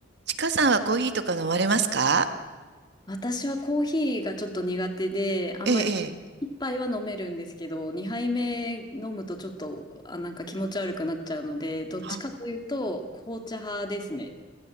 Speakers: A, on the right (about 60°); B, on the left (about 20°).
A: ちかさんはコーヒーとか飲まれますか
B: 私はコーヒーがちょっと苦手で、あんまり一杯は飲めるんですけど、
A: ええ、ええ。
B: 二杯目飲むとちょっと、あ、なんか気持ち悪くなっちゃうので、どっちかというと紅茶派ですね。
A: あ、